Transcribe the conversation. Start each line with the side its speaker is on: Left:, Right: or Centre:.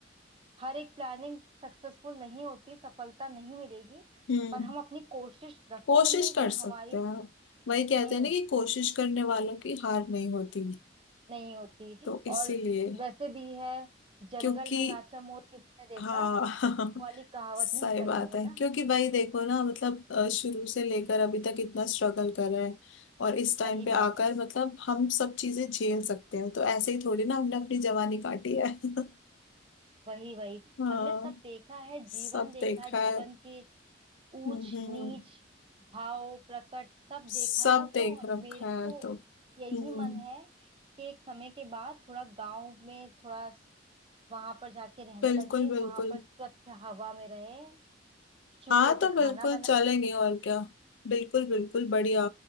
Right: हर एक प्लानिंग सक्सेसफुल नहीं होती सफलता नहीं मिलेगी
Left: हम्म
Right: पर हम अपनी कोशिश रखेंगे
Left: कोशिश कर
Right: कि
Left: सकते
Right: हमारी
Left: हैं आप वही कहते
Right: हम्म
Left: हैं ना कि कोशिश करने वालों की हार नहीं होती
Right: नहीं होती
Left: तो इसीलिए
Right: और वैसे भी है जंगल
Left: क्योंकि
Right: में नाचा मोर किसने देखा
Left: हाँ
Right: वो
Left: <laughs>
Right: वाली कहावत
Left: सही
Right: नहीं करनी
Left: बात है
Right: है ना
Left: क्योंकि भाई देखो ना मतलब अ, शुरू से लेकर अभी तक इतना स्ट्रगल कर रहे हैं और इस टाइम
Right: सही
Left: पे
Right: बात
Left: आकर
Right: है
Left: मतलब हम सब चीजें झेल सकते हैं तो ऐसे ही थोड़ी ना हमने अपनी जवानी काटी है <laughs>
Right: वही वही
Left: हाँ
Right: हमने सब देखा है
Left: सब
Right: जीवन देखा
Left: देखा
Right: है जीवन
Left: है
Right: के ऊंच
Left: हम्म
Right: नीच
Left: हम्म,
Right: भाव प्रकट सब
Left: सब
Right: देखा है
Left: देख
Right: तो
Left: रखा
Right: मेरा
Left: है
Right: तो
Left: तो
Right: यही
Left: हम्म
Right: मन है कि एक समय के बाद थोड़ा गांव में थोड़ा वहां पर जाके रहने
Left: बिल्कुल
Right: लगे
Left: बिल्कुल
Right: वहां पर स्वच्छ हवा में रहे चूल्हे
Left: हाँ तो
Right: पे
Left: बिल्कुल
Right: खाना बना
Left: चलेंगे और क्या बिल्कुल बिल्कुल बढ़िया